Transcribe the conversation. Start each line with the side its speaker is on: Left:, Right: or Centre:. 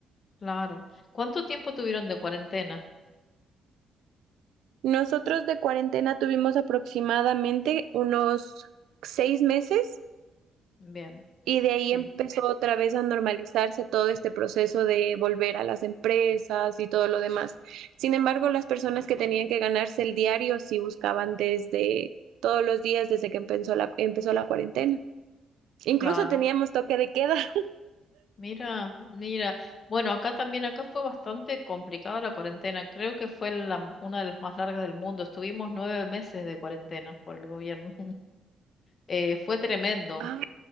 Left: claro. ¿Cuánto tiempo tuvieron de cuarentena?
Right: Nosotros de cuarentena tuvimos aproximadamente unos seis meses
Left: Bien,
Right: Y de ahí
Left: sí,
Right: empezó otra vez a normalizarse todo este proceso de volver a las empresas y todo lo demás. Sin embargo, las personas que tenían que ganarse el diario sí buscaban desde todos los días desde que empezó la, empezó la cuarentena. Incluso
Left: claro.
Right: teníamos toque de queda. <laughs>
Left: Mira, mira. Bueno, acá también, acá fue bastante complicada la cuarentena. Creo que fue la- una de las más largas del mundo. Estuvimos nueve meses de cuarentena por el gobierno. eh, fue tremendo,
Right: Ah,